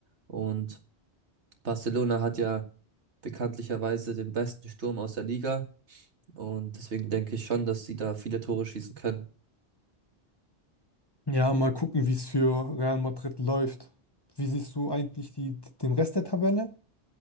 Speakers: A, on the right; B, on the left.
A: Und Barcelona hat ja bekanntlicherweise den besten Sturm aus der Liga. Und deswegen denke ich schon, dass sie da viele Tore schießen können.
B: Ja, mal gucken, wie es für Real Madrid läuft. Wie siehst du eigentlich die, den Rest der Tabelle?